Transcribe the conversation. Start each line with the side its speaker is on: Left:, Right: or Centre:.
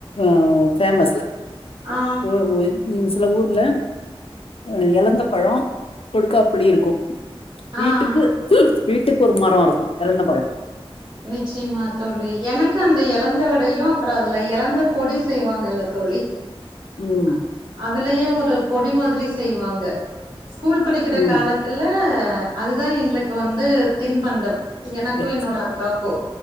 Left: ஆஹ் ஃபேமஸூ
Right: ஆ
Left: ஓ ஓய் உம் சில ஊர்ல அஹ் எழந்த பழோ கொடுக்காப்புளி இருக்கு வீட்டுக்கு
Right: ஆ
Left: வீட்டுக்கு ஒரு மரோ இருக்கு எழந்த பழம்
Right: நிச்சயமா தோழி எனக்கு அந்த எழந்தவடையு அப்புறோ அதுல எழந்த பொடி செய்வாங்கல்ல தோழி
Left: ம்
Right: ஆஹ் அதுலயே ஒரு பொடி மாதிரி செய்வாங்க ஸ்கூல் படிக்கிற
Left: ம்
Right: காலத்துல அஹ் அதுதா எங்களுக்கு வந்து திண்பண்டம் எனக்கும்
Left: சரி
Right: என்னோட
Left: சரி
Right: காக்கோ